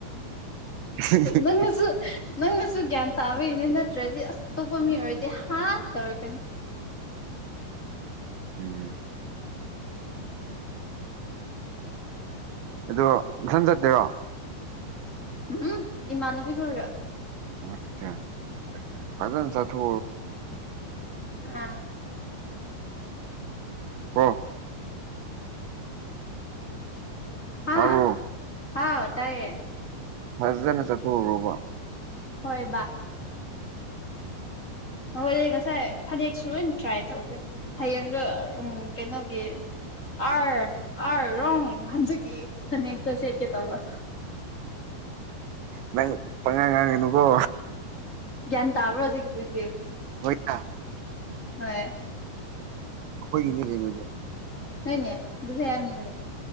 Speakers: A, on the right; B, on the left.
A: <inaudible>
B: ꯅꯪꯅꯁꯨ ꯅꯪꯅꯁꯨ ꯒ꯭ꯌꯥꯟ ꯇꯥꯕꯒꯤꯅꯦ ꯅꯠꯇ꯭ꯔꯗꯤ ꯑꯁ ꯑꯇꯣꯞꯄ ꯃꯤ ꯑꯣꯏꯔꯗꯤ ꯍꯥ ꯇꯧꯔꯒꯅꯤ
A: ꯎꯝ ꯑꯣ ꯟ ꯆꯠꯇꯦꯔꯣ
B: ꯎꯝ ꯏꯃꯅꯨꯕꯤ ꯈꯔꯔ
A: ꯑꯆꯥ ꯀꯥꯏꯗ ꯁꯥ ꯊ
B: ꯑꯥ
A: ꯍ
B: ꯍꯥ
A: ꯇꯔꯣ
B: ꯍꯥꯎ ꯇꯥꯏꯌꯦ
A: ꯐꯖꯅ ꯆꯠꯊꯣꯛꯎꯨꯔꯣꯕꯣ
B: ꯍꯣꯏ ꯍꯣꯏꯗꯤ ꯉꯁꯥꯏ ꯐꯅꯦꯛꯁꯨ ꯂꯣꯏ ꯇ꯭ꯔꯥꯏ ꯇꯧꯒꯦ ꯍꯌꯦꯡꯗ ꯎꯝ ꯀꯩꯅꯣꯒ ꯑꯔ ꯑꯔ ꯔ ꯍꯟꯖꯒꯤꯛꯇ ꯁꯦꯠ ꯀꯦ ꯇꯕ
A: ꯅꯪ ꯄꯉꯥꯡ ꯉꯥꯡꯉꯀꯣ
B: ꯒꯤꯟꯥꯕꯖꯒꯗꯔꯤ
A: ꯑꯣꯏꯣꯏꯇ
B: ꯍꯣꯏ
A: ꯍꯣꯏꯅꯤ ꯂꯩꯅꯗ
B: ꯍꯣꯏꯅꯦ ꯑꯗꯨꯂ ꯌꯥꯃꯤꯅꯤꯅꯦ